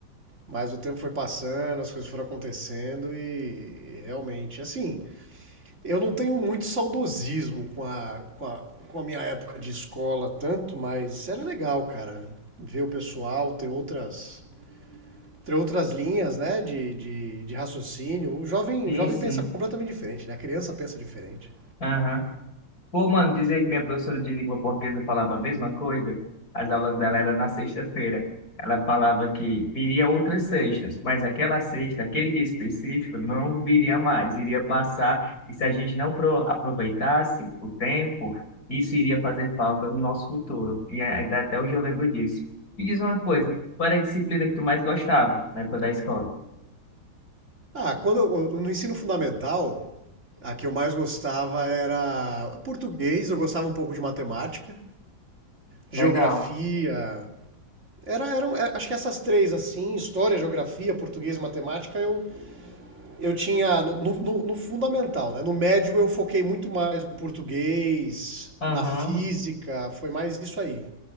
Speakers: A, on the right (about 35°); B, on the left (about 45°).
A: Mas o tempo foi passando, as coisas foram acontecendo e realmente, assim, eu não tenho muito saudosismo com a, com a, com a minha época de escola tanto, mas era legal, cara, ver o pessoal, ter outras, ter outras linhas, né, de, de, de raciocínio. O jovem,
B: Sim,
A: o jovem
B: sim.
A: pensa completamente diferente, né? A criança pensa diferente.
B: Aham. Pô, mano, dizer que minha professora de língua portuguesa falava a mesma coisa, as aulas dela eram na sexta-feira. Ela falava que viria outras sextas, mas aquela sexta, aquele dia específico, não viria mais, iria passar, e se a gente não pro- aproveitasse o tempo, isso iria fazer falta no nosso futuro. E ainda até hoje eu lembro disso. E diz uma coisa, qual era a disciplina que tu mais gostava na época da escola?
A: Ah, quando eu- no ensino fundamental, a que eu mais gostava era português, eu gostava um pouco de matemática, geografia,
B: Legal.
A: Era, eram, é, acho que essas três, assim, história, geografia, português e matemática, eu, eu tinha no, no- no fundamental, né? No médio eu foquei muito mais no português,
B: Aham,
A: na física, foi mais isso aí.